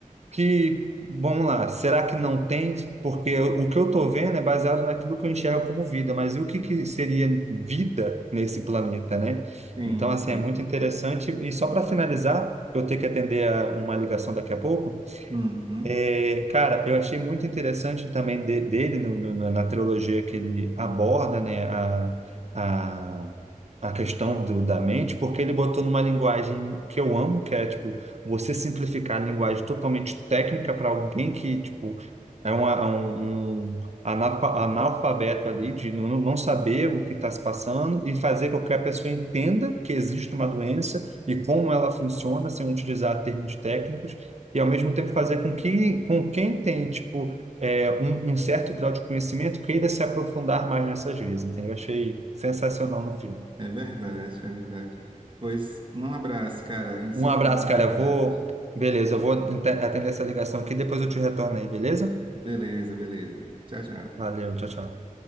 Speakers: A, on the right; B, on the right.
A: que vamos lá, será que não tem? Porque eu- o que eu estou vendo é baseado naquilo que eu enxergo como vida, mas e o que que seria vida nesse planeta, né?
B: sim.
A: Então assim
B: sim.
A: é muito interessante e só para finalizar, eu tenho que atender a uma ligação daqui a pouco.
B: Uhum.
A: É, cara, eu achei muito interessante também de- dele no- no- na na trilogia que ele aborda, né, a, a a questão do, da mente, porque ele botou numa linguagem que eu amo, que é tipo você simplificar a linguagem totalmente técnica para alguém que tipo é, uma, é um, um analfa- analfabeto ali de não, não saber o que está se passando e fazer com que a pessoa entenda que existe uma doença e como ela funciona sem utilizar termos técnicos e ao mesmo tempo fazer com que com quem tem tipo é, um, um certo grau de conhecimento queira se aprofundar mais nessas vias, entendeu? Eu achei sensacional no filme.
B: É, é verdade, é verdade. Pois um abraço, cara. A gente
A: Um
B: se encontra
A: abraço, cara.
B: mais
A: Eu
B: tarde.
A: vou. Beleza, eu vou ente- atender essa ligação aqui, depois eu te retorno aí, beleza?
B: Beleza, beleza. Tchau, tchau.
A: Valeu, tchau, tchau.